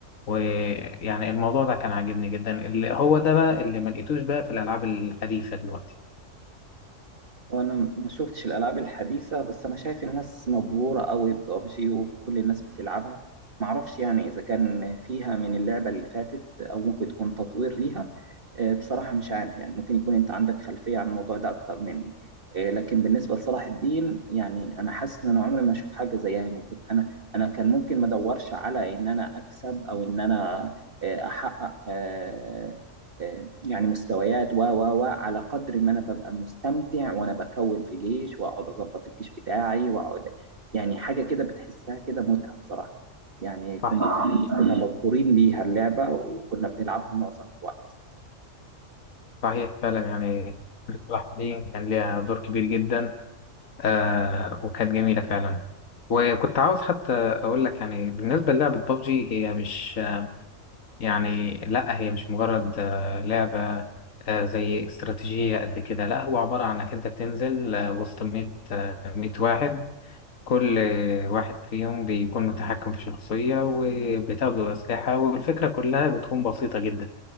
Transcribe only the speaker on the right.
وانا ما شفتش الالعاب الحديثه بس انا شايف الناس مبهوره قوي ببجي وكل الناس بتلعبها معرفش يعني اذا كان فيها من اللعبه اللي فاتت او ممكن تكون تطوير ليها آه، بصراحه مش عارف يعني ممكن يكون انت عندك خلفيه عن الموضوع ده اكتر مني آه، لكن بالنسبه لصلاح الدين يعني انا حاسس ان انا عمري ما اشوف حاجه زيها يعني كنت انا انا كان ممكن ما ادورش على ان انا اكسب او ان انا آه، احقق آه، يعني مستويات و و و على قدر ما انا ببقى مستمتع وانا بكون في جيش واقعد اظبط الجيش بتاعي واقعد يعني حاجه كده بتحسها كده متعه بصراحه يعني كنا
كنا مبهورين بيها اللعبه وكنا بنلعبها معظم الوقت